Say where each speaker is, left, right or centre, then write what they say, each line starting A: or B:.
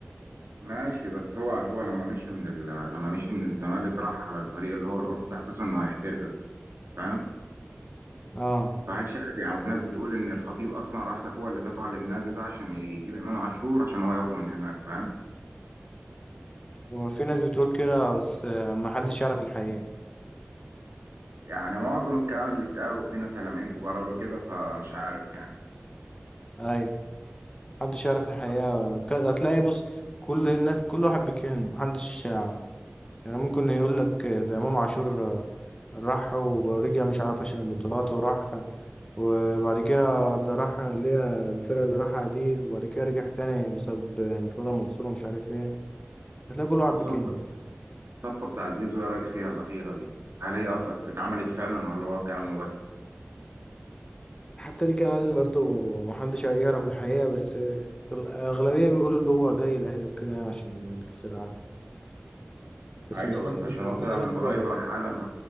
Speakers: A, on the right (about 75°); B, on the left (about 20°).
A: ماشي بس هو هو لما مشي من ال... لما مشي من الزمالك راح على الفريق اللي هو الاوروبي ده على اساس انه هيحترف فاهم
B: اه
A: فهل شايف يعني وفي ناس بتقول ان الخطيب اصلا راح ده هو اللي دفع للنادي ده عشان يجيب امام عاشور عشان هو ياخده من هناك فاهم
B: وفي ناس بتقول كده بس آه، ما حدش يعرف الحقيقة
A: يعني معظم الكلام اللي اتقال وفي ناس اعلاميين كبار قالوا كده فمش عارف يعني
B: ايوه محدش يعرف الحقيقة
A: بس
B: ك- هتلاقي بص كل الناس كل واحد بيتكلم محدش آه، يعني ممكن يقول لك آه، ده امام عاشور آه، راح ورجع مش عارف عشان البطولات وراح وبعد كده ده راح اللي هي الفرقة اللي راحها دي وبعد كده رجع تاني بسبب آه، مرتضى منصور ومش عارف ايه هتلاقي كل واحد
A: طب صفقة
B: بيتكلم
A: الصفقة بتاعت زيزو ايه رايك فيها الاخيرة دي هل هي أف- اتعملت فعلا ولا هو كلام بس
B: حتى دي كمان برضو محدش هيعرف الحقيقة بس الأغلبية بيقولوا اللي هو جاي الأهلي وكده يعني عشان كأس العالم بس
A: ايوه
B: مستني
A: بس
B: بس
A: عشان
B: مستني
A: هو طلع من
B: بس
A: قريب راح قال انا